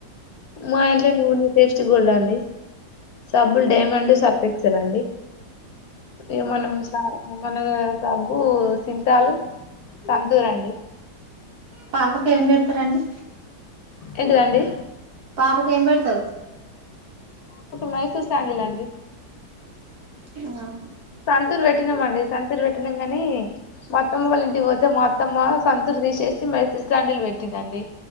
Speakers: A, on the left (about 65°); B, on the right (about 60°).
A: మా ఇంట్ల నువ్వుల నూనె ఇష్టం మచ్చిగోల్డ్ అండి సబ్బులు డైమండ్ సర్పెక్సల్ అండి ఏ మనం స మన సబ్బు సింతాలు సంతూరండి
B: పాపకి ఏమి పెడతారండి
A: ఎంటిదండి
B: పాపకి ఏం పెడతారు
A: మైసూరు శాండిల్ అండి
B: <inaudible> ఆహా
A: సంతూర్ పెట్టినామండి సంతూర్ పెట్నం కాని మా అత్తమ్మ వాళ్ళ ఇంటికి పోతే మా అత్తమ్మ సంతూర్ తీసేసి మైసూరు శాండిల్ పెట్టిందండి